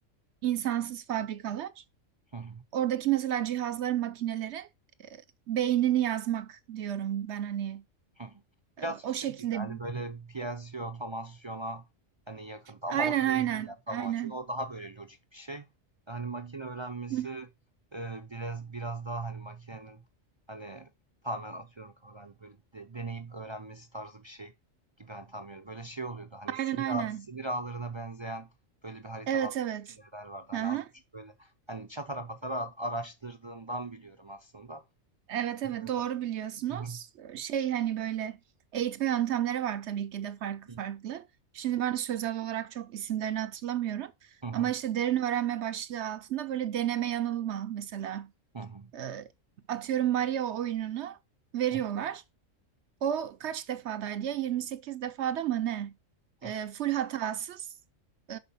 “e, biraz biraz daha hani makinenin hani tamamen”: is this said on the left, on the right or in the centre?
Right